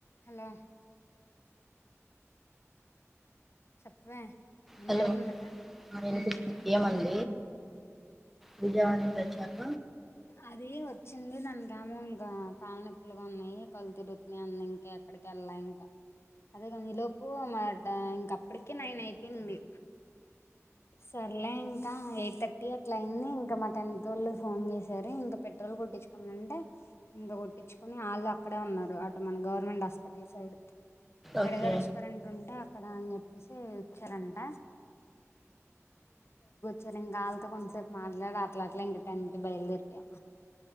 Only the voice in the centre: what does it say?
hello ఆ వినిపిస్తు
ఏమంది విజయవాడ నుంచి వచ్చాక
ఓకే